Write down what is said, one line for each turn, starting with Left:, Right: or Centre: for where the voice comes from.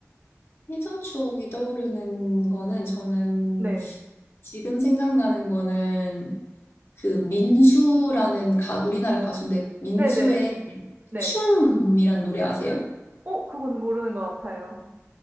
Left: 예전 추억이 떠오르는 거는 저는
Right: 네.
Left: 지금 생각나는 거는 그 민수라는 가, 우리나라 가수인데 민수의
Right: 네네. 네.
Left: 춤이란 노래 아세요?
Right: 어 그거는 모르는 것 같아요.